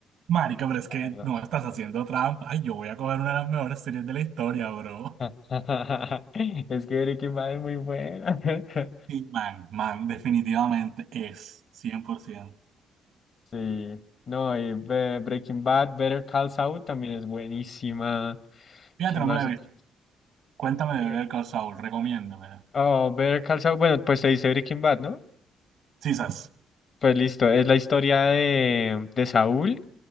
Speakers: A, on the right; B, on the left.
A: Marica, pero es
B: la
A: que
B: verdad.
A: no estás haciendo trampa. Ay, yo voy a coger una de las mejores series de la historia, bro.
B: <laughs> Es que Breaking Bad es muy buena. <laughs>
A: Sí, man, man, definitivamente es, 100%.
B: Sí, no, y Be- Breaking Bad, Better Call Saul también es buenísima.
A: Fíjate,
B: ¿Qué
A: no
B: más?
A: me la
B: otro?
A: he visto. Cuéntame de
B: Eh,
A: Better Call Saul, recomiéndame.
B: Oh, Better Call Saul, bueno, pues te dice Breaking Bad, ¿no?
A: Sisas.
B: Pues listo, es la historia de, de Saúl